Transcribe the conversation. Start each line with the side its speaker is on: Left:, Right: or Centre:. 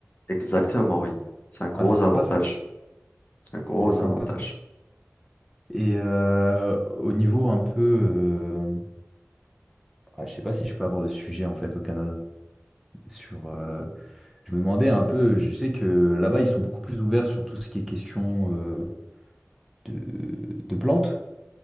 Left: exactement, oui. C'est un gros
Centre: Ah, c'est sympa
Left: avantage.
Centre: ça.
Left: C'est un gros
Centre: C'est sympa,
Left: avantage.
Centre: toi. Et euh, au niveau un peu. euh, ah, je sais pas si je peux aborder ce sujet en fait au Canada. Sur, euh, je me demandais un peu, je sais que là-bas, ils sont beaucoup plus ouverts sur tout ce qui est question euh, de, de plantes.